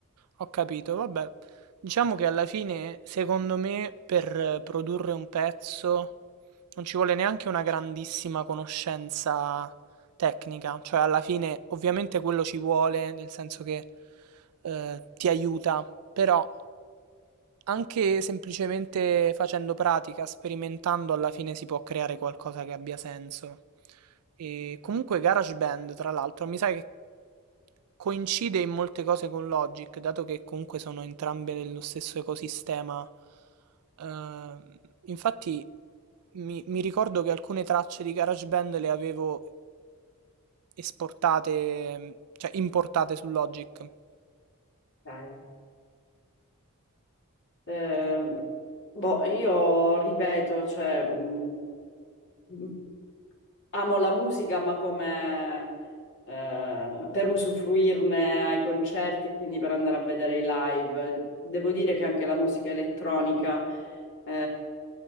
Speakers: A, on the right; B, on the left.
A: Ho capito, vabbè. Diciamo che alla fine, secondo me, per eh, produrre un pezzo non ci vuole neanche una grandissima conoscenza tecnica, cioè alla fine ovviamente quello ci vuole, nel senso che eh, ti aiuta, però anche semplicemente facendo pratica, sperimentando, alla fine si può creare qualcosa che abbia senso. E comunque GarageBand, tra l'altro, mi sa che Coincide in molte cose con Logic, dato che comunque sono entrambe nello stesso ecosistema. Ehm, infatti mi, mi ricordo che alcune tracce di GarageBand le avevo esportate, cioè importate su Logic.
B: Ok. Eh,
A: E-
B: boh, io ripeto, cioè, mh, mh, amo la musica, ma come eh, per usufruirne ai concerti e quindi per andare a vedere i live. Devo dire che anche la musica elettronica, eh,